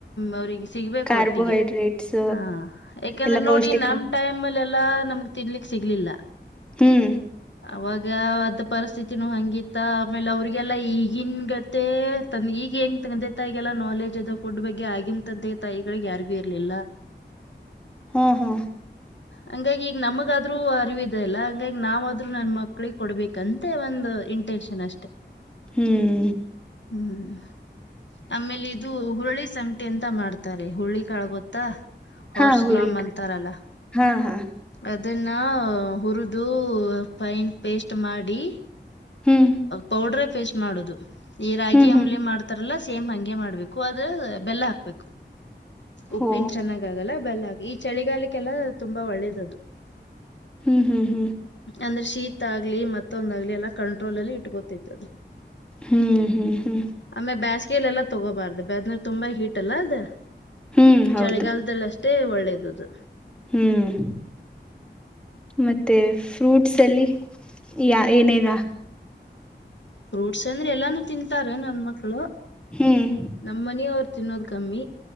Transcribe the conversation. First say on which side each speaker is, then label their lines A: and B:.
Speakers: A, on the left (about 75°); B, in the centre.
A: ಅವ್ರಿಗೆ ಸಿಗ್ಬೇಕ
B: ಕಾರ್ಬೋಹೈಡ್ರೇಟ್ಸ್
A: ಒಟ್ಟಿಗೆ ಹಾ ಯಾಕಂದ್ರೆ
B: ಎಲ್ಲ ಪೌಷ್ಟಿಕ
A: ನೋಡಿ ನಮ ಟೈಮ್ಲ್ಲಿ ಎಲ್ಲಾ ನಮ್ಗ್ ತಿನ್ಲಿಕ್ ಸಿಗ್ಲಿಲ್ಲ
B: ಹ್ಮ್
A: ಅವಾಗ ಅದು ಪರಿಸ್ಥಿತಿಿನ ಹಂಗಿತ್ತ ಆಮೇಲೆ ಅವ್ರಿಗೆಲ್ಲ ಈಗಿನ್ ಗತ್ತ ತಂದ ಈಗ ಹೆಂಗ ತಂದೆ ತಾಯಿಗೆಲ್ಲಾ ನಾಲೆಜ್ ಇದೆ ಫುಡ್ ಬಗ್ಗೆ ಆಗಿಮ ತ್ದೆ ತಾಯಿಗಳಿಗೆ ಯಾರಿಗು ಇರ್ಲಿಲ್ಲ
B: ಹಾ ಹಾ
A: ಹಂಗಾಗಿ ಈಗ ನಮಗಾದ್ರೂ ಅರಿವ ಇಲ್ಲ ಹಂಗಂಗ ನಾವ ಆದ್ರೂ ನನ್ ಮಕ್ಳಿಗೆ ಕೊಡ್ಬೇಕಂತೆ ಒಂದು ಇಂಟೆನ್ಷನ್ ಅಷ್ಟೆ
B: ಹ್ಮ್
A: ಹ್ಮ್ ಆಮೇಲೆ ಇದು ಹುಳಿ ಸಂಕಟೆ ಅಂತ ಮಾಡ್ತಾರೆ ಹುಳಿ ಕಾಳ ಗೊತ್ತಾ ಹಾರ್ಸ್
B: ಹಾ ಹುರುಳಿಕ
A: ಗ್ರಾಮ್ ಅಂತಾರಲ್ಲ
B: ಹಾ ಹಾ
A: ಅದನ್ನ ಹುರಿದು ಫೈನ್ ಪೇಸ್ಟ್ ಮಾಡಿ
B: ಹ್ಮ್
A: ಪೌಡ್ರ ಪೇಸ್ಟ್ ಮಾಡುದು ಈ ರಾಗಿ
B: ಹ್ಮ್ ಹ್ಮ್
A: ಅಂಬ್ಲಿ ಮಾಡ್ತ ಸೇಮ್ ಹಗೆ ಮಾಡ್ಬೇಕು ಅ ಬೆಲ್ಲ ಹಾಕ್ಬೇಕು ಉಿನ
B: ಓ
A: ಚ ಲ್ಲ ಬಲ್ಲ ಆ ಈ ಚಳಿಗಾಲಕ್ಕೆೆಲ್ಲಾ ತುಂಬಾ ಒಳ್ಳೇದ್ದದು
B: ಹ್ಮ್ ಹ್ಮ್ ಹ್ಮ್
A: ಅಂದ್ರೆ ಶೀತ ಆಗ್ಲಿ ಮತ್ತೊಂದ ಆಗ್ಲಿ ಎಲ್ಲಾ ಕಂಟ್ರೋಲ್ ಅಲ್ಲಿ ಇಟ್ಕೊತತ್ತುದು
B: ಹ್ಮ್ ಹ್ಮ್ ಹ್ಮ್
A: ಆಮೆ ಬೇಸ್ಗೆಯಲೆ ಎಲ್ಲಾ ತಗೋಬಾರ್ದ ಬೆದ್ಮೇಲೆ ತುಂಬಾ ಹೀಟ್ ಅಲ್ಲ ಅದ
B: ಹ್ಮ್ ಹೌದು
A: ಚಳಿಗಾಲದದಲ್ಲಿ ಅಷ್ಟೇ ತ್ತೆ ಒಳ್ಳೇದುದು
B: ಹ್ಮ್ ಮತ್ತೆ ಫ್ರೂಟ್ಸ್ ಅಲ್ಲಿ ಯ ಏನೇನ್
A: ಫ್ರೂಟ್ಸ್ ಅಂದ್ರೆ ಎಲ್ಲಾನು ತಿಂತಾರೆ ನನ್ ಮಕ್ಳು
B: ಹ್ಮ್
A: ನಮ್ಮ ಮನಿ ಅವರು ತಿನ್ನೋದ ಕಮ್ಮಿ